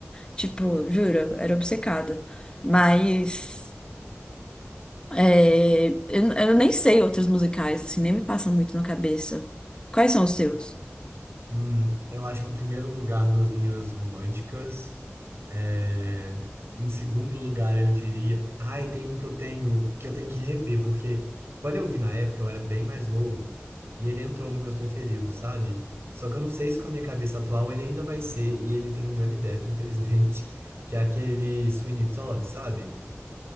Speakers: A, on the left (about 20°); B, on the right (about 65°).
A: Tipo, juro, eu era obcecada. Mas é, eu, eu nem sei outros musicais, assim, nem me passam muito na cabeça. Quais são os seus?
B: Hum, eu acho que em primeiro lugar, Duas Meninas Românticas. É, Em segundo lugar, eu diria. Ai, tem um que eu tenho que eu tenho que rever, porque quando eu vi na época, eu era bem mais novo e ele entrou nos meus preferidos, sabe? Só que eu não sei se com a minha cabeça atual ele ainda vai ser, e ele tem um Johnny Depp, infelizmente, <laughs> que é aquele Sweeney Todd, sabe?